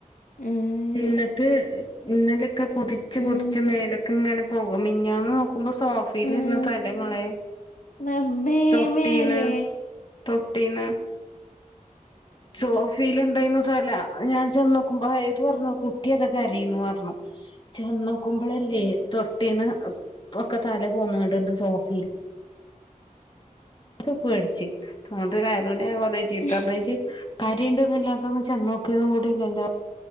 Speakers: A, on the left; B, on the left.
A: ഏഹ്
B: എന്നിട്ട് ഇന്നലെയൊക്കെ കുദിച്ച്
A: ഉം
B: കുദിച്ച്മേലൊക്കെ ഇങ്ങനെ പോകും മിഇഞ്ഞാന്ന് ആുമ്പോ സോഫിൽ
A: ആഹ്
B: ഇന്നതല്ലേ മളയെ <unintelligible>
A: റബ്ബേ
B: തൊട്ടീന്ന്
A: മേലേ
B: തൊട്ടീന്ന് സോഫിൽ ഉണ്ടുന്നതല ഞാൻ ചെന്ന് നോക്കുമ്പോ ഏത് പറഞ്ഞു കുട്ടിയതൊക്കെ കരീണു അറന്നു ചെന്ന് നോക്കുമ്പോളല്ലേ തൊട്ടീന്ന് ഒക്കെ തല പോന്ന്ങ്ങാണ്ട് ണ്ട് സോഫീല് ആകെ പേടിച്ച് അത് കയറുനെ ഞാ കൊറെ
A: തൊട്ടിയിലോ
B: ചീത്തർഞ്ഞ് ഇജ്ജ് കരയ്ണ്ട്ന്ന്‌ന്നല്ലതൊന്ന് ചെന്നോക്കിതും കൂടില്ലല്ലോ